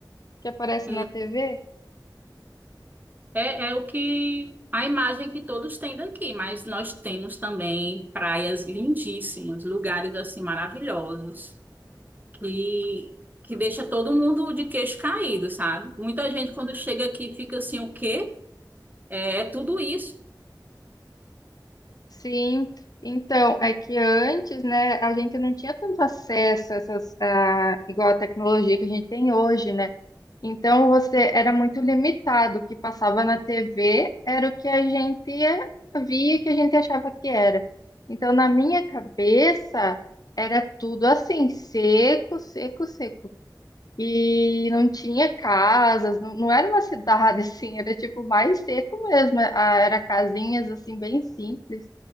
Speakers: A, on the left; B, on the right.
A: Que aparece
B: Hum,
A: na TV.
B: É, é o que a imagem que todos têm daqui, mas nós temos também praias lindíssimas, lugares assim maravilhosos, que, que deixa todo mundo de queixo caído, sabe? Muita gente quando chega aqui fica assim, o quê? É é tudo isso.
A: Sim, então, é que antes, né, a gente não tinha tanto acesso a essas, a, igual a tecnologia que a gente tem hoje, né? Então, você era muito limitado. O que passava na TV era o que a gente via, que a gente achava que era. Então, na minha cabeça, era tudo assim, seco, seco, seco e não tinha casas, não, não era uma cidade <laughs> assim, era tipo mais seco mesmo, a- era casinhas assim bem simples.